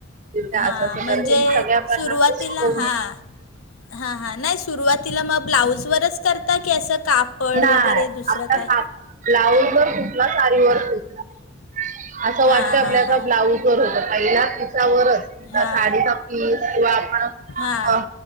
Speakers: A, on the right; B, on the left.
A: त
B: हां
A: असं अस
B: म्हणजे
A: कर मी सगळ्या प्रकारच
B: सुरुवातीला
A: को
B: हां हां हां नाही सुरुवातीला मग ब्लाऊजवररच करता की असं कापड
A: नाही
B: वगैरे दुसरं
A: आपला
B: काय?
A: ब्लाऊज वर कुठला सारी वरठला असं
B: हां
A: वाटत आपल्याचा
B: हां हां
A: ब्लाऊज हो पहिल्या पिसावरच
B: हां
A: साडीचा पीस किंवा आपण
B: हां